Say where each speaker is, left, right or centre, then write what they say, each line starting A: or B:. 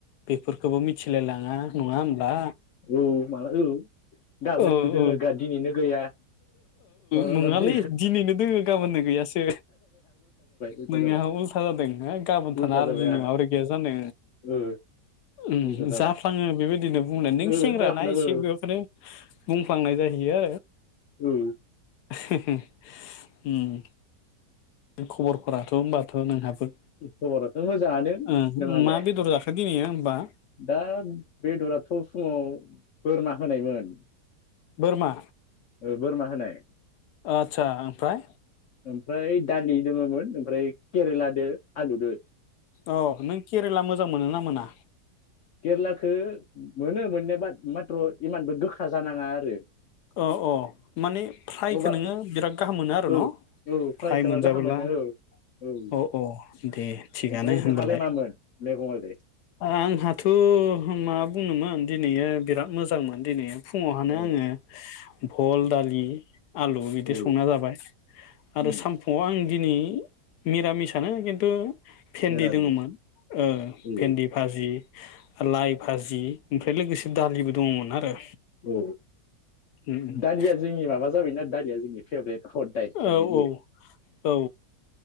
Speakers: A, on the left; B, on the left.
A: बेफोरखौबो मिथिलायलाङा नङा होमब्ला
B: औ माला औ गाबोननो
A: ओ
B: दोङो
A: ओ
B: गा दिनैनो गैया ओ
A: नङालै
B: दि
A: दिनैनो दोङो गाबोननो गैयासो
B: उल्था
A: नोंया
B: जाबाय
A: उल्था जादों हो गाबोन
B: उल्था
A: थाना आरो
B: जाबाय
A: दिननि
B: आंहा
A: माब्रै गैया जानो
B: ओ
A: ओम
B: उल्था जाबाय
A: जाफ्लाङो बेबायदिनो बुं बुंनो नों
B: ओ
A: सेंग्राना
B: जाफ्लाङो
A: एसे बेखौनो बुंफ्लांनाय जाहैयो
B: ओम
A: <inaudible> ओम खबरफोराथ' होनबाथ' नोंहाबो
B: खबराथ' मोजाङानो
A: ओ
B: नोंहालाय
A: मा बेदर जाखो दिनैयो होमबा
B: दा बेदराथ' फुङाव बोरमा होनायमोन
A: बोरमा
B: ओ बोरमा होनाय
A: ओत्सा आमफ्राय
B: ओमफाय दालि दङमोन ओमफ्राय केरेलादो आलु दो
A: अ नों के केरेला मोजां मोनोना मोना
B: केरेलाखौ मोनो मोननाय बाद माथ्र' इमानबो गोखा जानाङा आरो
A: अ अ माने फ्रायखौ
B: अभार
A: नोङो बिराद गाहाम मोनो आरो
B: औ
A: न'
B: औ
A: फ्राय
B: सोबा
A: मोनजाबोला
B: गाहाम मोनो औ औ
A: अ अ दे थिगानो
B: ओमफ्राय
A: होमबालाय
B: नोंहालाय मामोन मैगङालाय
A: आंहाथ' थ' मा बुंनोमोन दिनैया बिराद मोजांमोन दिनैया फुङावहानो
B: औ
A: आङो भल दालि आलु बिदि
B: औ
A: संना जाबाय आरो
B: उम
A: सानफुआव आं दिनै निरामिसानो खिन्थु <inaudible> भेन्दि
B: निरामिस
A: दङमोन ओ
B: औ
A: भेन्दि भाजि लाइ भाजि ओमफ्राय लोगोसे दालिबो दङमोन आरो
B: औ
A: उम उम
B: दालिया जोंनि माबा जाबाय दारिया जोंनि फेभरेट हदाय जानाय
A: औ
B: जायो
A: औ औ